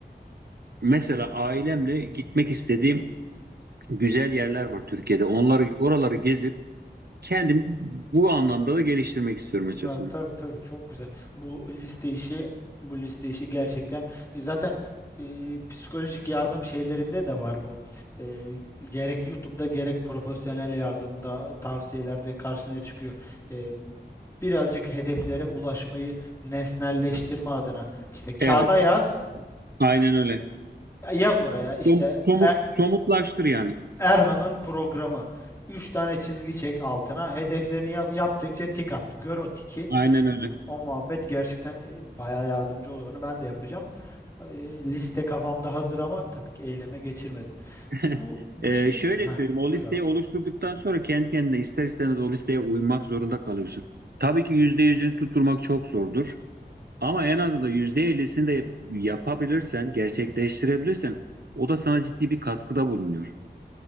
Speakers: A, on the right; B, on the left.
A: e, mesela ailemle gitmek istediğim güzel yerler var Türkiye'de. Onları oraları gezip kendimi bu anlamda da geliştirmek istiyorum açıkçası.
B: Evet, tabii tabii çok güzel. Bu liste işi, bu liste işi gerçekten e, zaten e, psikolojik yardım şeylerinde de var bu. E, gerek YouTube'da gerek profesyonel yardımda tavsiyelerde karşına çıkıyor. E, birazcık hedeflere ulaşmayı nesnelleştirme adına işte kağıda
A: Evet.
B: yaz,
A: Aynen öyle.
B: yaz oraya işte
A: Som- somut,
B: e-
A: somutlaştır yani.
B: <clears throat> Erhan'ın programı. üç tane çizgi çek altına. Hedeflerini yaz. Yaptıkça tik at. Gör o tiki.
A: Aynen öyle.
B: O muhabbet gerçekten e, bayağı yardımcı oluyor. Onu ben de yapacağım. E, Liste kafamda hazır ama tabii ki eyleme geçirmedim.
A: <laughs>
B: Bu bu
A: Ee,
B: şey
A: şöyle
B: Heh,
A: söyleyeyim, o
B: buyur
A: listeyi
B: abi.
A: oluşturduktan sonra kendi kendine ister istemez o listeye uymak zorunda kalıyorsun. Tabii ki yüzde yüzünü tutturmak çok zordur. Ama en azından yüzde ellisini de yapabilirsen, gerçekleştirebilirsen o da sana ciddi bir katkıda bulunuyor.